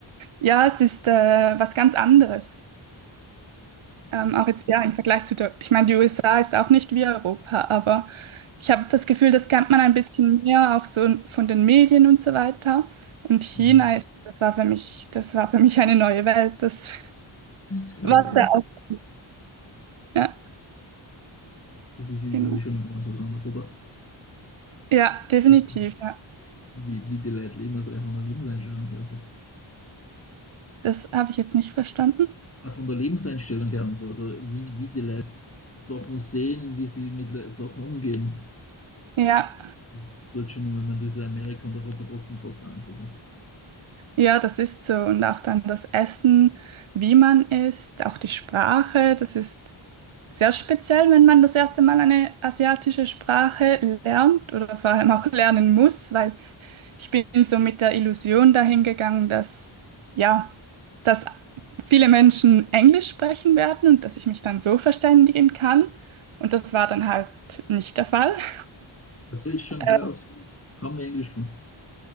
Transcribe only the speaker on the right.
ja, es ist äh, was ganz anderes.
Ähm,
auch jetzt, ja, im Vergleich zu der, ich meine, die USA ist auch nicht wie Europa, aber ich habe das Gefühl, das kennt man ein bisschen mehr, auch so von den Medien und so weiter. Und China
ist, das war für mich, das war für mich eine neue Welt. Das
war
da auch. <laughs> Ja,
genau.
Ja, definitiv,
ja.
Das habe ich jetzt nicht verstanden.
Ja,
ja, das ist so. Und auch dann das Essen, wie man isst, auch die Sprache, das ist sehr speziell, wenn man das erste Mal eine asiatische Sprache lernt oder vor allem auch lernen muss, weil ich bin so mit der Illusion dahin gegangen, dass ja, dass viele Menschen Englisch sprechen werden und dass ich mich dann so verständigen kann. Und das war dann halt nicht der Fall. <laughs>
Äh,